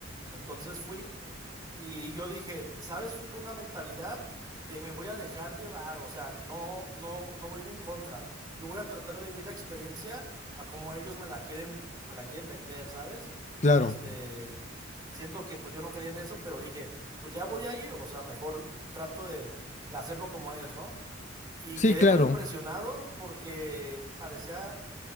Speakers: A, on the right; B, on the left.
A: Entonces fui Y yo dije, ¿sabes? Fui con una mentalidad de me voy a dejar llevar, o sea, no, no, no voy a ir en contra. Yo voy a tratar de vivir la experiencia a como ellos me la quieren, me la quieren vender, ¿sabes?
B: Claro,
A: Este, siendo que pues yo no creía en eso, pero dije, pues ya voy a ir, o sea, mejor trato de, de hacerlo como es, ¿no? Y
B: sí,
A: quedé
B: claro.
A: muy impresionado porque parecía